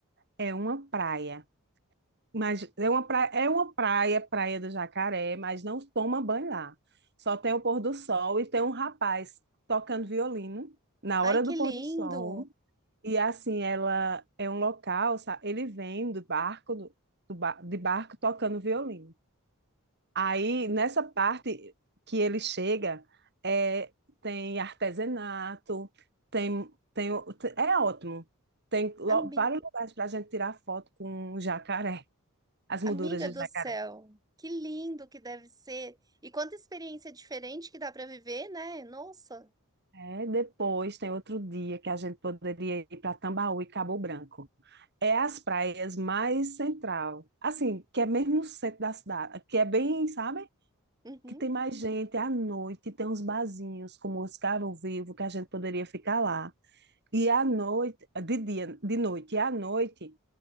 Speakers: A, on the right; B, on the right.
A: É uma praia. Mas é uma praia, é uma praia, Praia do Jacaré, mas não toma banho lá. Só tem o pôr do sol e tem um rapaz tocando violino na hora
B: Ai,
A: do
B: que lindo!
A: pôr do sol. E assim, ela é um local, sa- ele vem do barco, do, do ba- de barco tocando violino. Aí, nessa parte que ele chega, é, tem artesanato, tem, tem, o- é ótimo. Tem lo-
B: Ami-
A: vários lugares para a gente tirar foto com o jacaré. As
B: Amiga
A: molduras de
B: do
A: jacaré.
B: céu, que lindo que deve ser! E quanta experiência diferente que dá para viver, né? Nossa!
A: É, depois tem outro dia que a gente poderia ir para Tambaú e Cabo Branco. É as praias mais central, assim, que é mesmo no centro da cidade, que é bem, sabe?
B: Uhum.
A: Que tem mais gente à noite, tem uns barzinhos como os Caro Vivo, que a gente poderia ficar lá. E à noite, de dia, de noite, e à noite,